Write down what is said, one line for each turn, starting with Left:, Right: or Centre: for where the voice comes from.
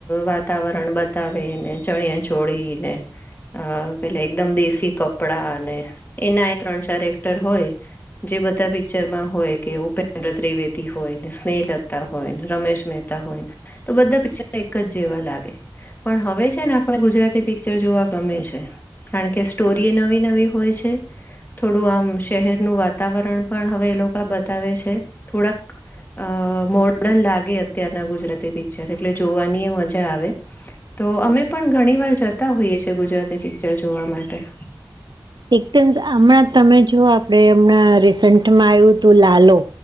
Left: વાતાવરણ બતાવેને ચણિયા છોડીને. અ પેલે એકદમ દેશી કપડા અને એના એ ત્રણ ચાર એક્ટર હોય. જે બધા પિક્ચરમાં હોય કે ઉપેન્દ્ર ત્રિવેદી હોય ને સ્નેહલતા હોયને રમેશ મ. હોય તો બધા પિક્ચર એક જ જેવા લાગે. પણ હવે છે ને આપણ ગુજરાતી પિક્ચર જોવા ગમે છે. કારણ કે સ્ટોરી નવી નવી હોય છે. થોડું આમ શહેરનું વાતાવરણ પણ હવે એ લોકો બતાવે છે થોડાક. અ મોર્ડર્ન લાગે અત્યારના ગુજરાતી પિક્ચર એટલે જોવાની એ મજા આવે. તો અમે પણ ઘણી વાર જતા હોઈએ છીએ ગુજરાતી પિક્ચર જોવા માટે.
Right: એકદમ હમણાં તમે જો આપણેે હમણાં રિસન્ટમાં આવ્યું હતું, લાલો.